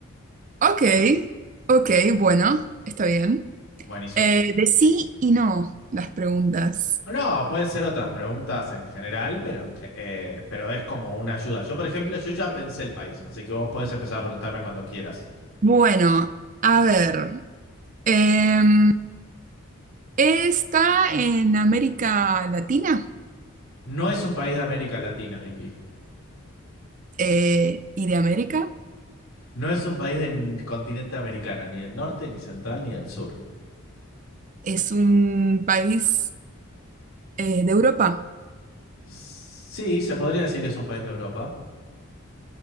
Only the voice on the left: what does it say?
Buenísimo.
No, pueden ser otras preguntas en general, pero, en ge- eh, pero es como una ayuda. Yo, por ejemplo, yo ya pensé el país, así que vos podés empezar a preguntarme cuando quieras.
No es un país de América Latina, Vicky.
No es un país del continente americano, ni del norte, ni central, ni del sur.
Sí, se podría decir que es un país de Europa.